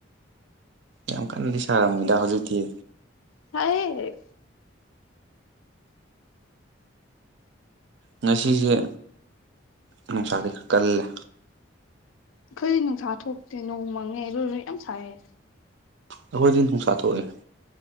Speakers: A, on the right (about 60°); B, on the left (about 80°).
A: ꯌꯥꯝ ꯀꯟꯅꯗꯤ ꯁꯥꯔꯝꯃꯣꯏꯗ ꯍꯧꯖꯤꯛꯇꯤ
B: ꯁ‌ꯥꯏꯍ‌ꯦꯛ
A: ꯉꯁꯤꯖ‌ꯦ ꯅꯨꯡꯁꯥꯗꯤ ꯈꯔ ꯀꯜꯂꯦ
B: ꯑꯈꯣꯏꯗꯤ ꯅꯨꯡꯁꯥ ꯊꯣꯛꯇꯦ ꯅꯣꯡ ꯃꯪꯉꯦ ꯑꯗꯨꯗꯨꯅ ꯌꯥꯝ ꯁꯥꯏꯌꯦ
A: ꯑꯩꯈꯣꯏꯗꯤ ꯅꯨꯡꯁꯥ ꯊꯣꯛꯑꯦ